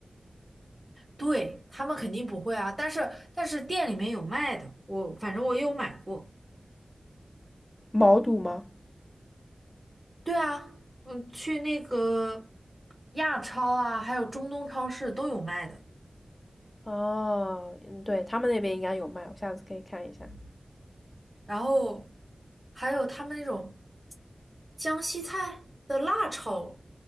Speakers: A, on the right; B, on the left.
A: 对，他们肯定不会啊。但是但是店里面有卖的，我反正我有买过。
B: 毛肚吗？
A: 对啊，嗯，去那个亚超啊，还有中东超市都有卖的。
B: 哦，嗯，对，他们那边应该有卖，我下次可以看一下。
A: 然后还有他们那种江西菜的辣炒